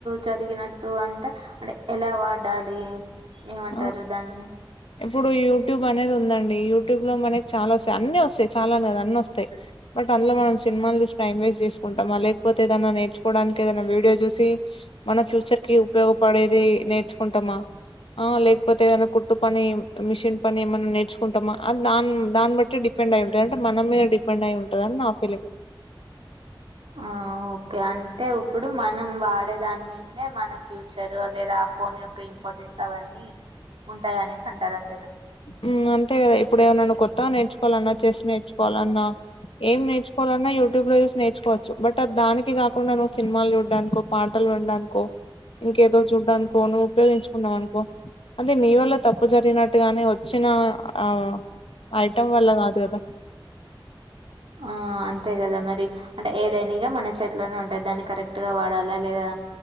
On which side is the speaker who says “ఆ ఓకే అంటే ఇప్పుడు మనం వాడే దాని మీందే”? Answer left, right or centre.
Right